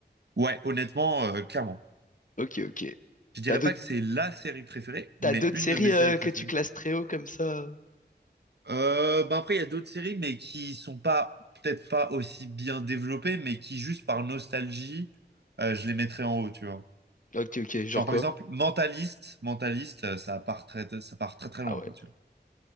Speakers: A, on the right; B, on the left.
A: Ouais, honnêtement, euh, clairement.
B: Ok, ok.
A: Je dirais
B: T'as d'autres,
A: pas que c'est la série préférée,
B: t'as
A: mais
B: d'autres
A: une
B: séries
A: de mes
B: euh,
A: séries préférées.
B: que tu classes très haut comme ça?
A: Euh, bah après, il y a d'autres séries, mais qui sont pas, peut-être pas aussi bien développées, mais qui, juste par nostalgie, euh, je les mettrais en haut, tu vois.
B: Ok, ok. Genre
A: Genre,
B: quoi?
A: par exemple, Mentaliste, Mentaliste, euh, ça part très, ça part très très loin,
B: Ah ouais.
A: quoi, tu vois.